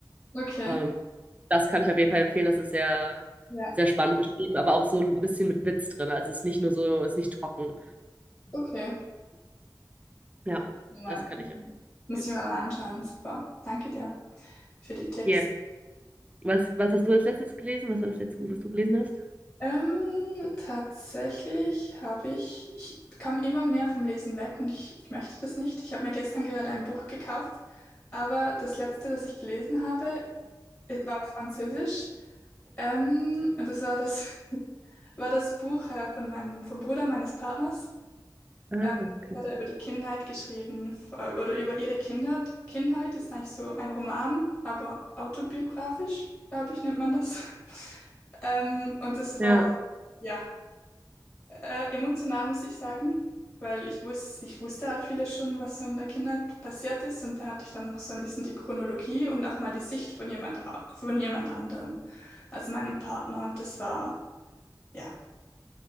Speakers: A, on the left (about 40°); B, on the right (about 20°).
A: Okay.
B: Ähm, das kann ich auf jeden Fall empfehlen. Das ist sehr,
A: Ja,
B: sehr spannend geschrieben, aber auch so ein bisschen mit Witz drin. Also es ist nicht nur so, es ist nicht trocken.
A: okay.
B: Ja,
A: Muss ich mir
B: das
A: mal,
B: kann ich empfehlen.
A: muss ich mir mal anschauen. Super. Danke dir für die Tipps.
B: Ja, Was, was hast du als letztes gelesen? Was war das letzte Buch, was du gelesen hast?
A: Ähm, tatsächlich habe ich, ich kam immer mehr vom Lesen weg und ich, ich möchte das nicht. Ich habe mir gestern gerade ein Buch gekauft, aber das letzte, das ich gelesen habe, äh, war auf Französisch. Ähm, und das war das, <laughs> war das Buch äh, von meinem, vom Bruder meines Partners.
B: Ah,
A: Ähm,
B: okay.
A: das hat er über die Kindheit geschrieben, f- oder über ihre Kinder. Kindheit ist eigentlich so ein Roman, aber autobiografisch, glaube ich, nennt man das. <laughs> Ähm, und das
B: Ja,
A: war, ja, äh, emotional, muss ich sagen, weil ich wusste, ich wusste halt vieles schon, was so in der Kindheit passiert ist. Und da hatte ich dann noch so ein bisschen die Chronologie und auch mal die Sicht von jemand, a- von jemand anderem, also meinem Partner. Und das war. Ja,